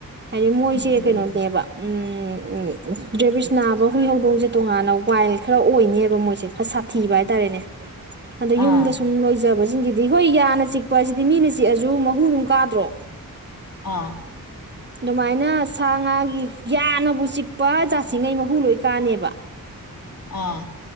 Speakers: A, on the right (about 30°); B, on the left (about 75°).
A: ꯍꯥꯏꯗꯤ ꯃꯣꯏꯁꯦ
B: ꯎꯝ ꯎꯝ
A: ꯀꯩꯅꯣꯅꯦꯕ
B: ꯎꯝ ꯎꯝ
A: ꯎꯝ ꯎꯝ ꯎꯝ ꯔꯦꯕꯤꯁ ꯅꯥꯕ ꯍꯨꯏꯍꯧꯗꯣꯡ ꯁꯦ ꯇꯣꯉꯥꯟꯅ ꯋꯥꯏꯜ ꯈꯔ ꯑꯣꯏꯅꯦꯕ ꯃꯣꯏꯁꯦ ꯈꯔ ꯁꯥꯊꯤꯕ ꯍꯥꯏꯇꯥꯔꯦꯅꯦ ꯑꯗꯣ ꯌꯨꯝꯗ
B: ꯑꯥ
A: ꯁꯨꯝ ꯂꯣꯏꯖꯕꯁꯦ ꯆꯤꯡꯁꯤꯗꯤ ꯍꯣꯏ ꯌꯥꯅ ꯆꯤꯛꯄ ꯑꯁꯤꯗꯤ ꯃꯤꯅ ꯆꯤꯛꯑꯁꯨ ꯃꯍꯨ ꯑꯗꯨꯝ ꯀꯥꯗ꯭ꯔꯣ
B: ꯑꯥ
A: ꯑꯗꯨꯃꯥꯏꯅ ꯁꯥ ꯉꯥꯒꯤ ꯌꯥꯅꯕꯨ ꯆꯤꯛꯄ ꯖꯥꯠꯁꯤꯉꯩ ꯃꯍꯨ ꯂꯣꯏ ꯀꯥꯅꯦꯕ
B: ꯑꯥ